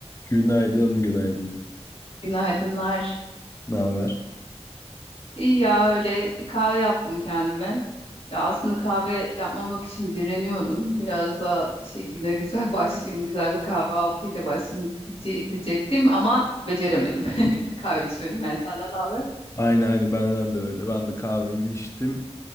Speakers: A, on the left; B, on the left.
A: Günaydın, günaydın.
B: Günaydınlar.
A: Ne haber?
B: İyi ya öyle bir kahve yaptım kendime. Ya aslında kahve yapmamak için direniyordum. Biraz da şey güne güzel <laughs> başlayayım, güzel bir kahvaltıyla başlayayım diye- diyecektim ama beceremedim. <laughs> Kahve içiyorum yani senden ne haber.
A: Aynı aynı benden de öyle. Ben de kahvemi içtim.